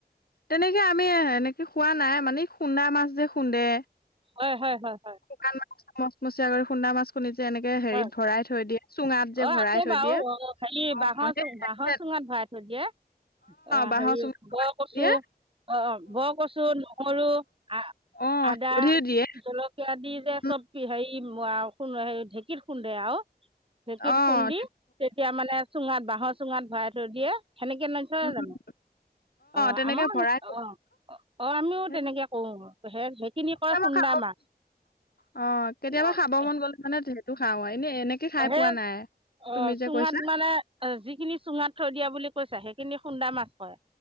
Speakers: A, on the left; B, on the right.
A: তেনেকে আমি এনেকে খোৱা নাই, মানে খুন্দা মাছ যে খুন্দে।
B: হয়, হয়, হয়, হয়।
A: শুকান মাছ মচমচীয়া কৰি খুন্দা মাছ খুন্দিছে যে এনেকে হেৰিত
B: হয়
A: থৈ দিয়ে চুঙাত যে
B: অঁ
A: ভৰাই
B: আছে
A: থৈ
B: বাৰু
A: দিয়ে অ'।
B: অঁ হেৰি বাঁহৰ চুঙ বাঁহৰ চুঙাত ভৰাই থৈ দিয়ে অ'
A: বাঁহৰ
B: হেৰি
A: চুঙাত ভৰাই
B: বৰ
A: থৈ
B: কচু
A: দিয়ে
B: অ' অ' বৰ কচু নহৰু আ-আদা
A: অ', হালধি দিয়ে
B: জলক কীয়া দি যে,
A: উম,
B: চব হেৰি <unintelligible> ঢেঁকীত খুন্দে আৰু। ঢেঁকীত
A: অ',
B: খুন্দি তেতিয়া মানে চুঙাত বাঁহৰ চুঙাত ভৰাই থৈ দিয়ে, সেনেকে ন থই
A: উম,
B: জানো, অ',
A: তেনেকে
B: আমাৰ
A: ভৰাই থলো
B: অ' অ', আমিও
A: সেই
B: তেনেকে কৰোঁ, সে-সেইখিনি কয়
A: কেতিয়াবা
B: খুন্দা
A: খাব
B: মাছ।
A: অ', কেতিয়াবা
B: অ
A: খাব মন গ'লে মানে সেইটো খাও আৰু এনে এনে কে খাই
B: সেই
A: পোৱা নাই,
B: অ
A: তুমি যে
B: চুঙাত
A: কৈছা।
B: মানে যিখিনি চুঙাত থৈ দিয়া বুলি কৈছা, সেইখিনি খুন্দা মাছ হয়,